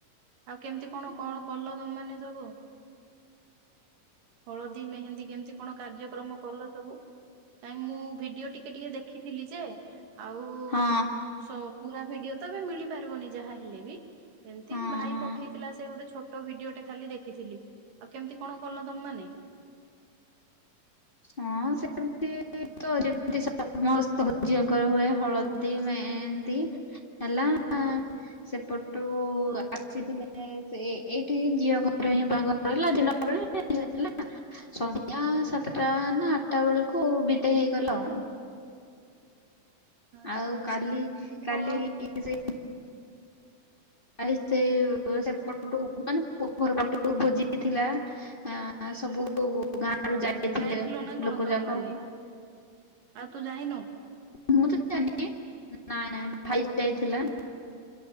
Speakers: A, on the right (about 75°); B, on the left (about 25°).
A: ଆଉ କେମିତି କଣ
B: ହଁ
A: କଣ କଲ ତମ ମାନେ ସବୁ? ହଳଦୀ ମେହେନ୍ଦୀ କେମିତି କଣ କାର୍ଯ୍ୟକ୍ରମ କଲ ସବୁ? କାଇଁ ମୁଁ ଭିଡିଓ ଟିକେ ଟିକେ ଦେଖିଥିଲି ଯେ, ଆଉ-ଉ
B: ହଁ
A: ସ ପୁରା ଭିଡିଓ ତ ଏବେ ମିଳି ପାରିବନି, ଯାହା ହେଲେ ବି। ଏମିତି
B: ହଁ
A: ଭାଇ ପଠେଇଥିଲା ସେ ଗୋଟେ ଛୋଟ୍ ଟ ଭିଡିଓ ଟେ ଖାଲି ଦେଖିଥିଲି। ଆଉ କେମିତି କଣ କଲ, ତମମାନେ?
B: ହଁ, ସେମତି-ଇ। ତ ଯେମିତି ସମସ୍ତ ଝିଅଙ୍କର ହୁଏ, ହଳଦୀ ମେହେନ୍ଦୀ। ହେଲା ଆଁ ସେପଟୁ ଆସିଥିଲେ ସେ, ଏଇଠିି ଝିଅ ଘର ହିଁ ବାହାଘର ହିଲା ଦିନ ବେଳେ-ଏ ନାଁ, ସନ୍ଧ୍ୟା ସାତ୍ ଯାହାହେନେ
A: ହୁଁ
B: ଆଠଟା ବେଳକୁ ବିଦେଇ ହେଇଗଲା ଆଉ।
A: ଆଚ୍ଛା
B: ଆଉ
A: ଆଚ୍ଛା
B: କାଲି, କାଲି-ଇ
A: ଭଲ
B: ସେ ଆରେ ସେ ସେପଟୁ ମାନେ, ଘର ପଟୁ ଭୋଜି ହେଇଥିଲା। ଆଁ ସବୁ ଗାଁରୁ
A: ଓହୋ!
B: ଯାଇଥିଲେ
A: ହୋ! ଯାଇଥିଲ ନା କଣ
B: ଲୋକ
A: ତମ
B: ଯାକ
A: ମାନେ! ଆଉ ତୁ ଯାଇନୁ?
B: ମୁଁ ତ ଯାନି। ନାଇଁ, ନାଇଁ, ଭାଇ ଯାଇଥିଲା।
A: ହୁଁ ହୁଁ